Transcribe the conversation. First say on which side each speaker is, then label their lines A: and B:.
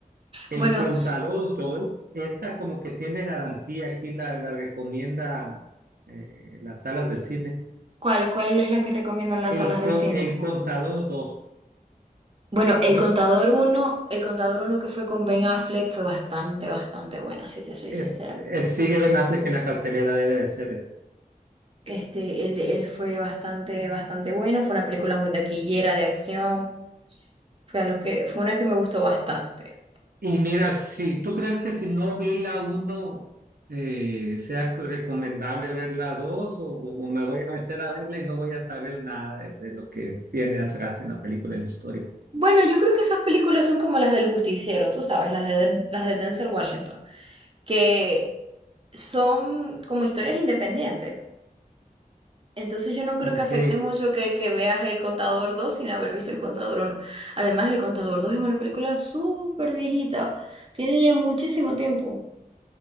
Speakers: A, on the right; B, on the right.
A: El
B: Bueno,
A: Contador
B: s-
A: dos, esta como que tiene garantía, aquí la, la recomienda eh, las salas de cine.
B: ¿Cuál, cuál es la que recomiendan las
A: El,
B: salas
A: con,
B: de cine?
A: el Contador dos,
B: Bueno, El
A: No,
B: Contador uno, El Contador uno que fue con Ben Affleck fue bastante, bastante buena, si te soy
A: es-
B: sincera.
A: es- sigue Ben Affleck en la cartelera, debe de ser esta.
B: Este, él, él fue bastante, bastante bueno, fue una película muy taquillera de acción, fue algo que, fue una que me gustó bastante.
A: Y mira, si tú crees que si no vi la uno eh, sea recomendable ver la 2 o, o me voy a meter a verla y no voy a saber nada de, de lo que viene atrás en la película de la historia.
B: Bueno, yo creo que esas películas son como las del Justiciero, tú sabes, las de, Den- las de Denzel Washington, que son como historias independientes. Entonces yo no creo
A: Ok,
B: que afecte mucho que, que veas El Contador dos sin haber visto El Contador uno. Además, El Contador dos es una película súper viejita. Tiene ya muchísimo tiempo.